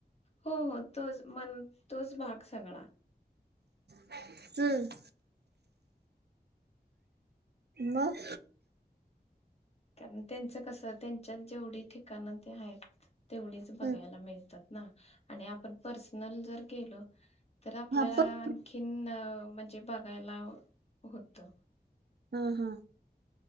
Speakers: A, on the left; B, on the right.
A: हो, हो, तोच. मन तोच भाग सगळा.
B: <inaudible> हम्म. मग?
A: कारण त्यांचं कसं, त्यांच्यात जेवढी ठिकाणं ते हायत, तेवढीच बघायला
B: हम्म.
A: मिळतात ना. आणि आपण पर्सनल जर गेलो, तर आपल्याला
B: हा पण
A: आन खीन म्हणजे, बघायला होतं.
B: हा, हा.